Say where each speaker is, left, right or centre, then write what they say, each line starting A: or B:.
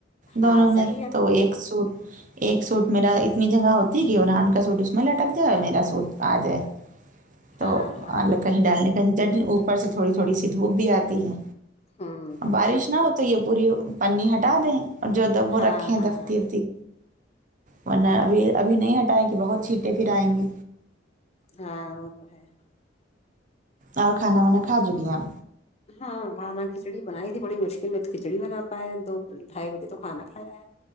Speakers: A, on the right; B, on the left.
A: دونوں
B: ہاں
A: میں
B: صحیح ہے
A: تو ایک سوٹ ایک سوٹ میرا اتنی جگہ ہوتی ہے کہ عمران کا سوٹ اس میں لٹک جائے اور میرا سوٹ آ جائے تو
B: ہاں ہاں
A: اور کہیں ڈالنے کاجگہ اوپر سے تھوڑی تھوڑی سی دھوپ بھی آتی ہے
B: ہوں ہوں
A: بارش نہ ہو تو یہ پوری پر نی ہٹا دیں اور جو وہ
B: ہاں
A: رکھیں ہیں
B: ہاں
A: دفتی وفتی ورنہ
B: ہاں
A: ابھی ابھی نہیں ہٹائیں کہ بہت چھیٹیں پھر ائیں گے
B: ہاں وہ تو ہے
A: اور کھانا وانا کھا چکی آپ
B: ہاں کھانا کھچڑی بنائی تھی بڑی مشکل میں تو کھچڑی بنا پائے ہے دو ڈھائی بجے تو کھانا کھایا ہے